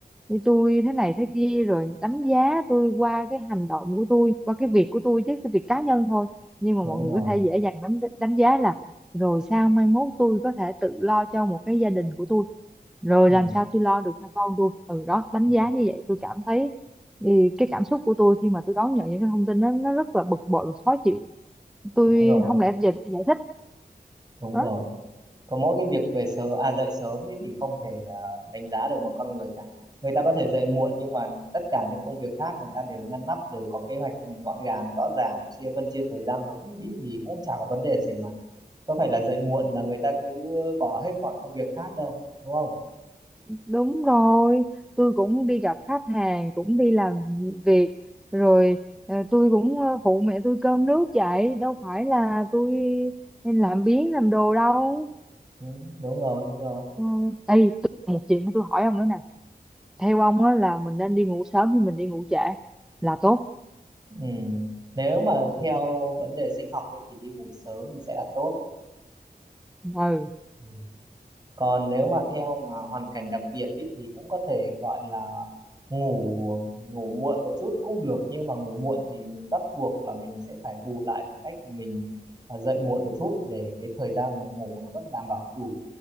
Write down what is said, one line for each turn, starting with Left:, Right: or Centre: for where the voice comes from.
Centre: như tôi thế này thế kia rồi đánh giá tôi qua cái hành động của tôi qua cái việc của tôi chứ cái việc cá nhân thôi nhưng mà
Right: đúng
Centre: mọi người
Right: rồi
Centre: có thể dễ dàng đánh đánh giá là rồi sao mai mốt tôi có thể tự lo cho một cái gia đình của tôi rồi
Right: ừ.
Centre: làm sao tôi lo được cho con tôi ừ đó đánh
Right: Ừ.
Centre: giá như vậy tôi cảm thấy ừ, cái cảm xúc của tôi khi mà tôi đón nhận những cái thông tin đó nó rất là bực bội và khó chịu tôi
Right: đúng rồi
Centre: không lẽ giờ tôi giải thích
Right: đúng
Centre: đó
Right: rồi có mỗi cái việc về sớm à dậy sớm ấy thì không thể ờ, đánh giá được một con người cả. Người ta có thể dậy muộn nhưng mà tất cả những công việc khác người ta đều ngăn nắp, đều có kế hoạch gọn gàng, rõ ràng, chia phân chia thời gian hợp lý thì cũng chả có vấn đề gì mà. Có phải là dậy muộn là người ta cứ bỏ hết mọi công việc khác đâu, đúng không?
Centre: Đúng rồi, tôi cũng đi gặp khách hàng, cũng đi làm việc, rồi ờ, tôi cũng ờ, phụ mẹ tôi cơm nước vậy, đâu phải là tôi nên làm biếng làm đồ đâu.
Right: Ừ, đúng rồi, đúng rồi.
Centre: Ừ. Ê, tôi, một chuyện tôi hỏi ông nữa nè, theo ông á là mình nên đi ngủ sớm hay mình đi ngủ trễ là tốt?
Right: Ừ. Nếu mà theo vấn đề sinh học ấy thì đi ngủ sớm thì sẽ là tốt.
Centre: Ừ,
Right: Ừ. còn nếu mà theo mà hoàn cảnh đặc biệt ý, thì cũng có thể gọi là ngủ ngủ muộn một chút cũng được nhưng mà ngủ muộn thì mình bắt buộc là mình sẽ phải bù lại bằng cách mình à, dậy muộn một chút để cái thời gian mình ngủ nó vẫn đảm bảo đủ